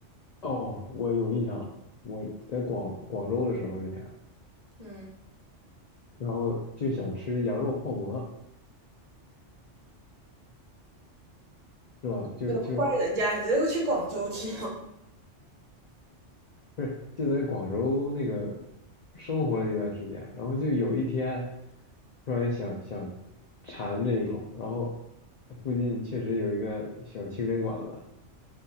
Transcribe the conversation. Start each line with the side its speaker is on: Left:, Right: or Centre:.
Left: 哦，我有印象，我在广广州的时候之前，
Right: 嗯，
Left: 然后就想吃羊肉泡馍，是吧？就就
Right: 不能怪人家，你这个去广州吃，
Left: 不是就在广州那个生活了一段时间，然后就有一天突然想想馋这一口，然后附近确实有一个小清真馆子，